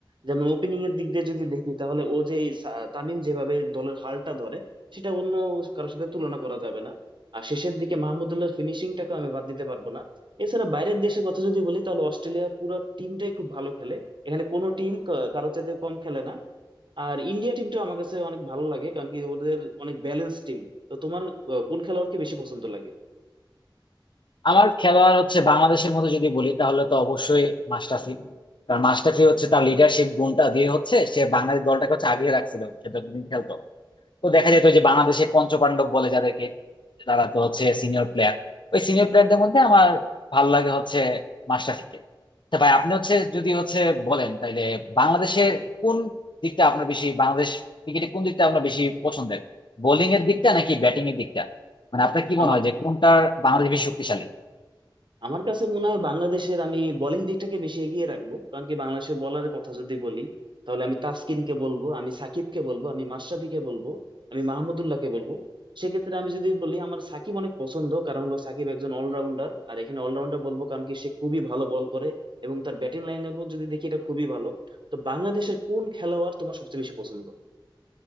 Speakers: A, on the right (about 65°); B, on the left (about 65°).
A: যেমন ওপেনিং এর দিক দিয়ে যদি দেখি তাহলে ও যে এই সা- তামিম যেভাবে দলের হালটা ধরে সেটা অন্য কারোর সাথে তুলনা করা যাবে না আর শেষের দিকে মাহমুদুল্লাহর ফিনিশিংটাকে আমি বাদ দিতে পারবো না এছাড়া বাইরের দেশের কথা যদি বলি তাহলে অস্ট্রেলিয়া পুরো টিমটাই খুব ভালো খেলে এখানে কোনো টিম কারোর চাইতে কম খেলে না আর ইন্ডিয়া টিমটা আমার কাছে অনেক ভালো লাগে কারণ কি ওদের অনেক ব্যালেন্স টিম তো তোমার আহ, কোন খেলোয়াড়কে বেশি পছন্দ লাগে
B: আমার খেলোয়াড় হচ্ছে বাংলাদেশের মধ্যে যদি বলি তাহলে তো অবশ্যই মাশরাফি কারণ মাশরাফি হচ্ছে তার লিডারশিপ গুণটা দিয়ে হচ্ছে সে বাংলাদেশ দলটাকে হচ্ছে আগিয়ে রাখছিল সে যতদিন খেলতো তো দেখা যেত যে বাংলাদেশে পঞ্চপাণ্ডব বলে যাদেরকে তারা তো হচ্ছে সিনিয়র প্লেয়ার ওই সিনিয়র প্লেয়ারদের মধ্যে আমার ভালো লাগে হচ্ছে মাশরাফিকে তা ভাই আপনি হচ্ছে যদি হচ্ছে বলেন তাইলে বাংলাদেশের কোন দিকটা আপনার বেশি বাংলাদেশ ক্রিকেটে কোন দিকটা আপনার বেশি পছন্দের বোলিং এর দিকটা নাকি ব্যাটিং এর দিকটা মানে আপনার কি মনে
A: আমার
B: হয় যে কোনটার বাংলাদেশ বেশি শক্তিশালী
A: আমার কাছে মনে হয় বাংলাদেশের আমি বোলিং দিকটাকে বেশি এগিয়ে রাখবো কারণ কি বাংলাদেশের বলারের কথা যদি বলি তাহলে আমি তাসকিনকে বলবো আমি সাকিবকে বলবো আমি মাশরাফিকে বলবো আমি মাহমুদুল্লাহকে বলবো সেক্ষেত্রে আমি যদি বলি আমার সাকিব অনেক পছন্দ কারণ হলো সাকিব একজন অলরাউন্ডার আর এখানে অলরাউন্ডার বলবো কারণ কি সে খুবই ভালো বল করে এবং তার ব্যাটিং লাইন যদি দেখি এটা খুবই ভালো তো বাংলাদেশের কোন খেলোয়াড় তোমার সবচেয়ে বেশি পছন্দ